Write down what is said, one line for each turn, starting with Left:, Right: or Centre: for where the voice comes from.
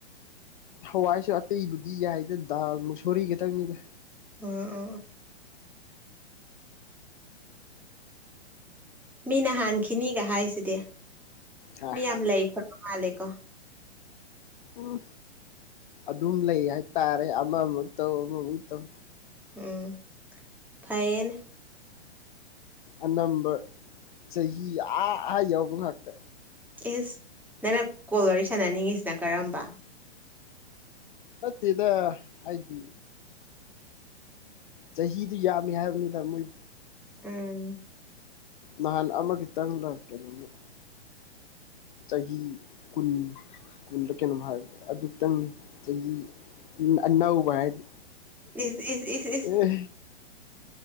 Left: ꯍꯋꯥꯏꯁꯨ ꯑꯇꯩꯕꯨꯗꯤ ꯌꯥꯏꯗ ꯗꯥꯜ ꯃꯨꯁꯣꯔꯤ ꯈꯛꯇꯪꯅꯤꯗ
Centre: ꯑꯥ ꯑꯥ ꯃꯤꯅ ꯍꯥꯟꯈꯤꯅꯤꯒ ꯍꯥꯏꯁꯤꯗꯤ
Left: ꯍꯥ
Centre: ꯃꯤ
Left: ꯍꯥ
Centre: ꯌꯥꯝ ꯂꯩ ꯈꯣꯠꯄ ꯃꯥꯜꯂꯦꯀꯣ
Left: ꯎꯝ ꯑꯗꯨꯝ ꯂꯩ ꯍꯥꯏꯇꯥꯔꯦ ꯑꯃꯃꯨꯛ ꯇꯧ ꯑꯃꯃꯨꯛ ꯇꯧ
Centre: ꯎꯝ ꯐꯩꯅꯦ
Left: ꯑꯅꯝꯕ ꯆꯍꯤ ꯑꯥ ꯑꯥ ꯌꯧꯕ ꯉꯥꯛꯇ
Centre: ꯏꯁ ꯅꯪꯅ ꯀꯣꯜ ꯋꯥꯔꯤ ꯁꯥꯟꯅꯅꯤꯡꯉꯤꯁꯤꯅ ꯀꯔꯝꯕ
Left: ꯅꯠꯇꯦꯗ ꯍꯥꯏꯗꯤ ꯆꯍꯤꯗꯨ ꯌꯥꯝꯃꯤ ꯍꯥꯏꯕꯅꯤꯗ ꯃꯣꯏ
Centre: ꯎꯝ
Left: ꯅꯍꯥꯟ ꯑꯃꯒꯤꯇꯪꯪ ꯂꯣꯏꯑꯦ ꯀꯩꯅꯣꯝꯃꯤ ꯆꯍꯤ ꯀꯨꯟ ꯀꯜꯂ ꯀꯩꯅꯣ ꯍꯥꯏꯕꯗꯣ ꯑꯗꯨꯇꯪꯅꯤ ꯆꯍꯤ ꯑꯅꯧꯕ ꯍꯥꯏꯗꯤ
Centre: ꯏꯁ ꯏꯁ ꯏꯁ ꯏꯁ
Left: ꯑꯦ